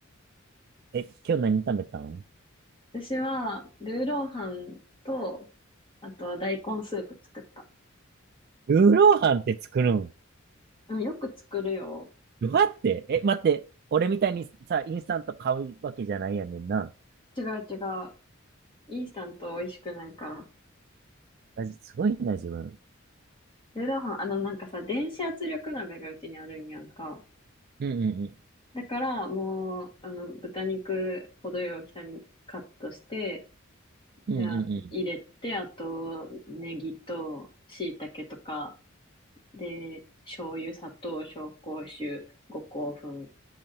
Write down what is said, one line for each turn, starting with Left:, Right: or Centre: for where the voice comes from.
Right: え、今日何食べたん
Left: う。私は、ルーローハンと、あと、大根スープ作った。
Right: ルーローハンって作るん
Left: うん、よく作るよ。
Right: どうやってえ、待って。俺みたいにさ、インスタント買うわけじゃないやねんな。
Left: 違う違う。インスタント美味しくないから。
Right: あすごいな、自分。
Left: ルーローハン、あの、なんかさ、電子圧力鍋がうちにあるんやんか。
Right: うんう
Left: だから、もう、あの、豚肉、程よい大きさにカットして、
Right: んうん。
Left: で、
Right: うんうんうん。
Left: あ入れて、あと、ネギと、椎茸とか、で、醤油、砂糖、紹興酒、五香粉